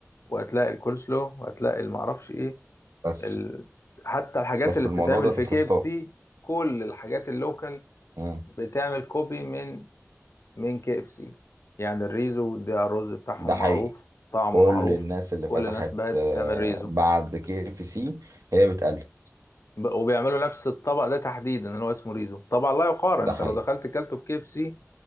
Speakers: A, on the left; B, on the right.
A: وهتلاقي الكول سلو وهتلاقي المعرفش ايه
B: بس
A: ال... حتى الحاجات
B: بس
A: اللي
B: الموضوع
A: بتتعمل
B: ده
A: في
B: تكلفته
A: كيف سي كل الحاجات اللوكال
B: مم،
A: بتعمل كوبي من من كي اف سي يعني الريزو ده الرز بتاعهم
B: ده حقيقي
A: معروف طعمه
B: كل
A: معروف
B: الناس اللي
A: كل
B: فتحت
A: الناس بقت
B: آه،
A: تعمل ريزو
B: بعد كي اف سي هي بتقلب
A: ب- وبيعملوا نفس الطبق ده تحديدا اللي هو اسمه ريزو طبعا لا يقارن
B: ده
A: انت
B: حقيقي
A: لو دخلت كلته في كي اف سي